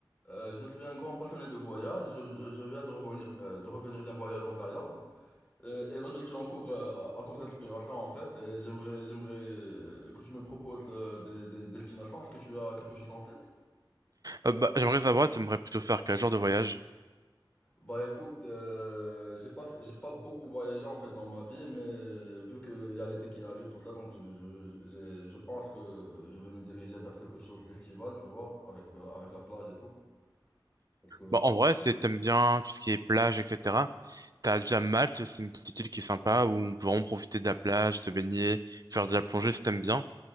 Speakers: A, on the left; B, on the right.
A: Euh, je suis un grand passionné de voyage. Je, je- je viens de revenir, euh, de revenir d'un voyage en Thaïlande. Euh, et là, je suis en cours, euh, à, à court d'inspiration en fait. Et j'aimerais, j'aimerais euh, que tu me proposes euh, des, des destinations. Est-ce que tu as quelque chose en tête?
B: Euh, bah, j'aimerais savoir, tu aimerais plutôt faire quel genre de voyage?
A: Bah écoute, euh, j'ai pas, fait- j'ai pas beaucoup voyagé en fait dans ma vie, mais euh, vu qu'il y a l'été qui arrive, tout ça, donc je, je, je- j'ai- je pense que je vais me diriger vers quelque chose d'estival, tu vois, avec de la, avec la plage et tout. Parce que...
B: Bah, en vrai, si t'aimes bien tout ce qui est plage, etc., t'as déjà Malte, c'est une petite île qui est sympa où on peut vraiment profiter de la plage, se baigner, faire de la plongée si t'aimes bien.